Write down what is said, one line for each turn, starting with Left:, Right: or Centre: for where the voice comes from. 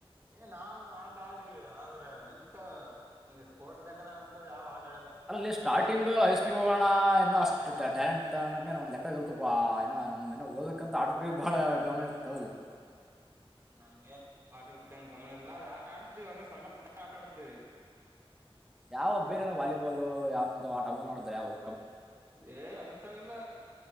Right: ಏ ನಾವನು ಆಟ ಆಡಿ ಆದ್ರ ಇಂತ ಈಂಗ ಸ್ಪೋರ್ಟ್ಸ್ ೇಕದಾಗಂತ ಯಾವ್ ಆಟ ಆಡಲ್ಲ
Centre: ಅಲ್ಲಲ್ಲಿ ಸ್ಟಾರ್ಟಿಂಗ್ ಹೈಸ್ಕೂಲ್ ಹೋಗೋಣ ಇನ್ನು ಅಷ್ಟು್ಟ ಟ್ಯಾಲಂ ಅಕ್ ಒ್ ಲೆಕ್ಕಿರ್ತಪಾ ಏನ ನಮ್ ಏ ಓದಕಂತ ಆಟ ಬಾಳ ಗಮನ ಇರ್ತದಲ್ಲ
Right: ನನ್ ಆಟದ ಕೂಡ ಏನ್ ಗಮನ ಇಲ್ಲ ಆದ್ರೆ ಆಟ ಆಡ್ದು ಒಂದ ಸಣ್ಣ ಪುಟ್ಟ ಆಟಾ ಆಡ್ದು
Centre: ಯಾವ ಬೇರೆನ ವಾಲಿಬಾಲ್ ಯಾವ ನಿಂತ ಆಟ ಮಾಡುದ್ರ ಯಾವವು
Right: ಏ ಅಂತವಲ್ಲ